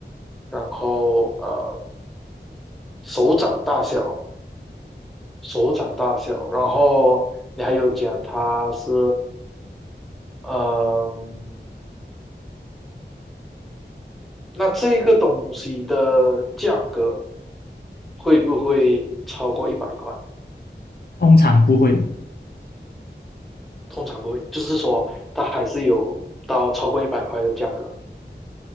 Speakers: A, in the centre; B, on the left (about 60°).
A: 然后呃手掌大小，手掌大小，然后你还有讲它是嗯、那这个东西的价格会不会超过一百块？
B: 通常不会，
A: 通常不会，就是说它还是有到超过一百块的价格，